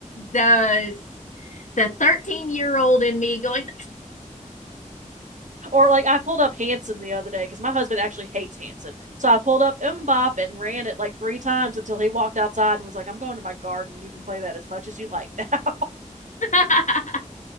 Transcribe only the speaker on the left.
The the 13 year old in me going,
<laughs>